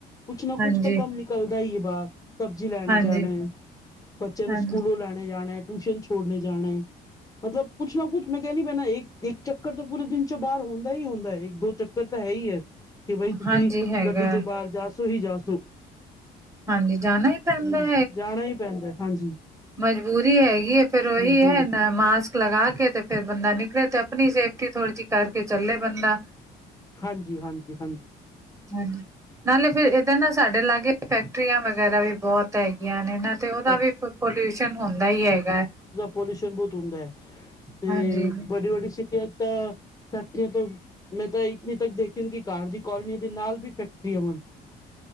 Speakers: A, on the left; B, on the right.
A: ਕੁਛ ਨਾ
B: ਹਾਂਜੀ
A: ਕੁਛ ਤਾਂ ਕੰਮ ਨਿਕਲਦਾ ਹੀ ਹੈ ਬਾਹਰ, ਸਬਜ਼ੀ ਲੈਣੇ
B: ਹਾਂਜੀ
A: ਜਾਣੇ ਬੱਚਿਆਂ ਨੂੰ
B: ਹਾਂਜੀ
A: ਸਕੂਲੋਂ ਲੈਣੇ ਜਾਣਾ, ਟਿਊਸ਼ਨ ਛੋੜਣੇ ਜਾਣਾ। ਮਤਲਬ ਕੁੱਛ ਨਾ ਕੁਛ। ਮੈਂ ਕਹਿਣੀ ਪੈਣਾ ਇੱਕ ਚੱਕਰ ਤਾਂ ਪੂਰੇ ਦਿਨ ਚੋਂ ਬਾਹਰ ਹੁੰਦਾ ਹੀ ਹੁੰਦਾ ਹੈ। ਇੱਕ ਦੋ ਚੱਕਰ ਦਿੱਕ ਤਾਂ ਹੈ ਹੀ ਹੈ। ਕਿ ਬਈ ਤੁਸੀਂ
B: ਹਾਂਜੀ ਹੈਗਾ
A: ਗੱਡੀ ਤੇ ਬਾਹਰ ਜਾ ਸੋ ਹੀ ਜਾਸੋ।
B: ਹਾਂਜੀ ਜਾਣਾ ਹੀ ਪੈਂਦਾ
A: ਹਮ ਜਾਣਾ ਹੀ ਪੈਂਦਾ ਹਾਂਜੀ।
B: ਮਜ਼ਬੂਰੀ ਹੈਗੀ ਹੈ। ਫਿਰ ਉਹੀ
A: ਮਜਬੂਰੀ
B: ਹੈ ਨਾ ਮਾਸਕ। ਲਗਾ ਕੇ ਤੇ। ਫਿਰ ਬੰਦਾ ਨਿਕਲੇ ਤੇ ਆਪਣੀ ਸੇਫਟੀ ਥੋੜ੍ਹੀ ਜਿਹੀ ਕਰਕੇ ਚੱਲੇ ਬੰਦਾ।
A: ਹਾਂਜੀ-ਹਾਂਜੀ-ਹਾਂਜੀ।
B: ਹਾਂਜੀ। ਨਾਲੇ ਫਿਰ ਇੱਧਰ ਨਾ। ਸਾਡੇ ਲਾਗੇ ਫੈਕਟਰੀਆਂ ਵਗੈਰਾ ਵੀ ਬਹੁਤ ਹੈਗੀਆਂ ਨੇ ਨਾਂ। ਤੇ ਉਹਦਾ
A: ਅੱਛ
B: ਵੀ ਪੋਲਿਊਸ਼ਨ ਹੁੰਦਾ ਹੀ ਹੈਗਾ।
A: ਪੈਲਿਊਸ਼ਨ ਬਹੁਤ ਹੁੰਦਾ ਹੈ। ਤੇ
B: ਹਾਂਜੀ।
A: ਵੱਡੀ ਵੱਡੀ ਸਿਟੀਆਂ ਤਾਂ ਫੈਕਟਰੀਆਂ ਤੋਂ। ਮੈਂ ਤਾਂ ਇਤਨੀ ਤੱਕ ਦੇਖੀ ਕਿ ਕਾਰ ਦੀ ਕੋਲਨੀ ਦੇ ਨਾਲ ਵੀ ਫੈਕਟਰੀਆਂ ਵੇ।